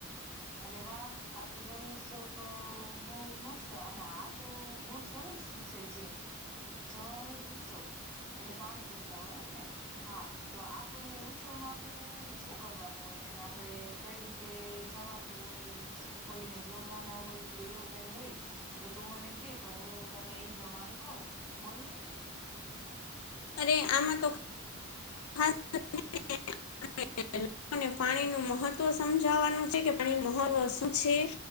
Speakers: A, in the centre; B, on the left.
A: અરે વાહ! આ તો જલ ઉત્સવ તો બહુ મસ્ત અને આ તો બહુ સરસ, વિષય છે જળ ઉત્સવ એટલે પાણી બચાવો એમ ને. હા, તો આપણે ઉત્સવમાં આપણે શું કરવાનું હોય અને આપણે કઈ રીતે જવાન હોયને શું કોઈને જોડવાના હોય કે એવું કઈ હોય, તો તું મને કે તો હું તને એ પ્રમાણે કહું બોલને,
B: અરે આમાં તો <unintelligible> અને પાણી નું મહત્વ સમજાવાનું છે કે પાણી મહત્વ શું છે